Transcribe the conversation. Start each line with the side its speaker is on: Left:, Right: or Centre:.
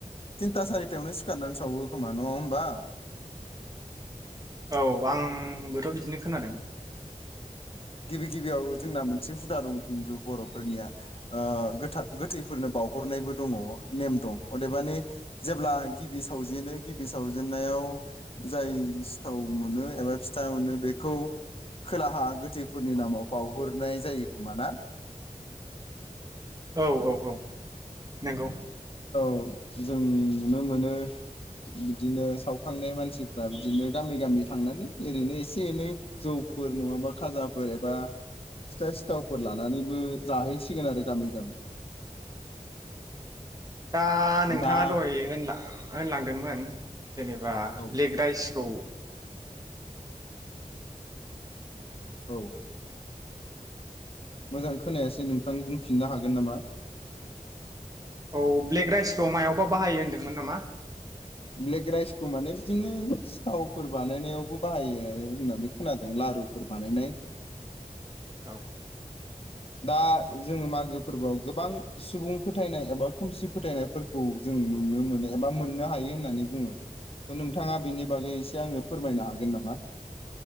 Left: तिनथा सारिथायावनो सिखारनानै सावो खोमा नङा होमबा?
Right: औ आंबोथ' बिदिनो खोनादों ।
Left: गिबि गिबियाव जोंना मोनसे हुदा दं खिन्थु बर'फोरनिया ओ गोथा गोथैफोरनो बावउहरनायबो दङ नेम दं अदेबानि जेब्ला गिबि सावजेनो गिबि सावजेनन्नायाव जाय सिथाव मोनो एबा फिथा मोनो बेखौ खोलाहा गोथैफोरनि नामाव बावहरनाय जायो खोमा ना?
Right: औ औ औ नंगौ
Left: औ जों नुनो मोनो बिदिनो सावखांनाय मानसिफ्रा बिदिनो गामि गामि थांनानै ओरैनो एसे एनै जौफोर नङाबा खाजाफोर एबा फिथा सिथावफोर लानानैबो जाहैसिगोन आरो गामि गामि
Right: दा नोंथाङा
Left: दा
Right: दहाय होनलां होनलांदोंमोन- जेनेबा
Left: औ
Right: ब्लेक राइसखौ
Left: औ मोजां खोनायासो नोंथां बुंफिननो हागोन नामा?
Right: औ ब्लेक राइसखौ मायावबा बाहायो होनदोंमोन नामा।
Left: ब्लेक राइसखौ माने बिदिनो सिथावफोर बानायनायावबो बाहायो होननानै खोनादों लारुफोर बानायनाय
Right: औ
Left: दा जोङो मागो फोरबोआव गोबां सुबुं फोथायनाय एबा खोमसि फोथायनायफोरखौ जों नुनो मोनो एबा मोननो हायो होननानै बुङो नोंथाङा बेनि बागै एसे आङो फोरमायनो हागोन नामा?